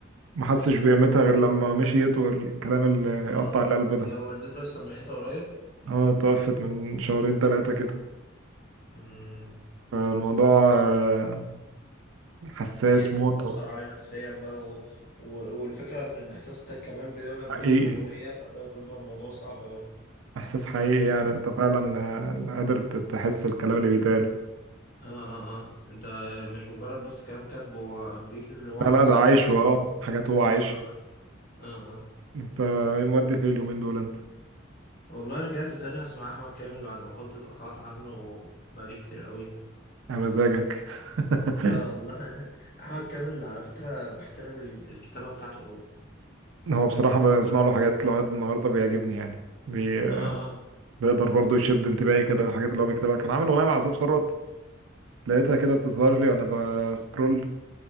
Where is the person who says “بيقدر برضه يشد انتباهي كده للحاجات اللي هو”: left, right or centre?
Right